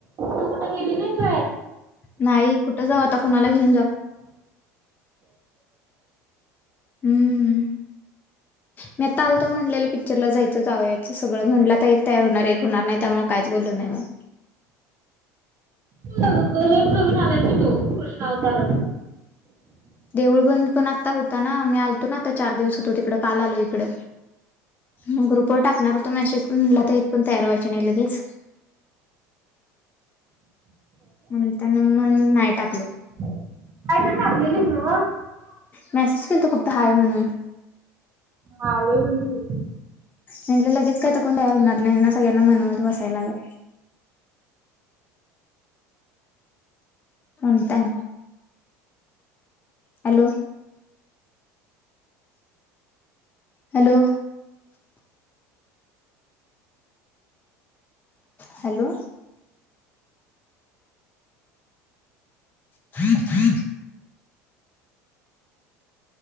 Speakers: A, on the right (about 35°); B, on the left (about 20°).
A: तू कुठे गेली नाहीस बाहेर?
B: नाही कुठं जाऊ, आता कुणाला घेऊन जाऊ. हम्म मी आता आलतो म्हणलेलं पिक्चरला जायचं जावयाच सगळं, म्हणलं तर एक तयार होणार एक होणार नाही त्यामुळे कायच बोलू नाही मग.
A: हेच नवीन आलंय की तो कृष्णा अवतार
B: देऊळ बंद पण आता होता ना मी आलतो ना आता चार दिवस होतो तिकड काल आलोय इकडं मग ग्रूपवर टाकणार होतो मेसेज पण म्हणलं एक पण तयार व्हायचे नाही लगीच म्हणताना नाही टाकलो
A: <unintelligible> हं
B: मॅसेज केलतो फक्त हाय म्हणून
A: हा आलोय मी घरी
B: म्हणजे लगेच काय आता कोणयार होणार नाहीना सगळ्यांना मनवत बसायला लागल <inaudible> हॅलो हॅलो हॅलो फ्रीप फ्री